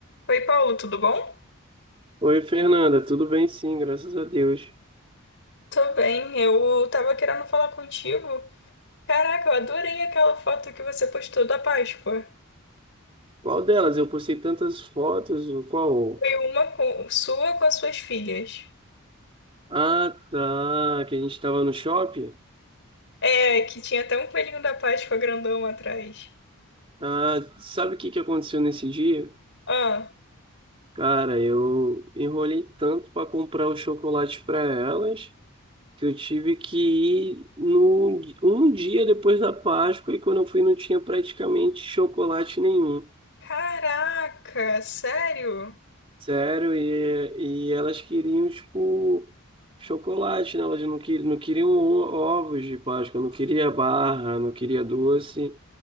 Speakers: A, on the left; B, on the right.
A: Oi, Paulo, tudo bom?
B: Oi, Fernanda, tudo bem? Sim, graças a Deus.
A: Tô bem, eu tava querendo falar contigo. Caraca, eu adorei aquela foto que você postou da Páscoa.
B: Qual delas? Eu postei tantas fotos, o qual?
A: Foi uma com- sua com as suas filhas.
B: Ah, tá, que a gente estava no shopping.
A: É, que tinha até um coelhinho da Páscoa grandão atrás.
B: Ah, sabe o que que aconteceu nesse dia?
A: Ah,
B: Cara, eu enrolei tanto para comprar os chocolates para elas que eu tive que ir no, um dia depois da Páscoa e quando eu fui não tinha praticamente chocolate nenhum.
A: caraca, sério?
B: Sério, e, e elas queriam, tipo, chocolate, né? Elas não, que, não queriam o- ovos de Páscoa, não queria barra, não queria doce.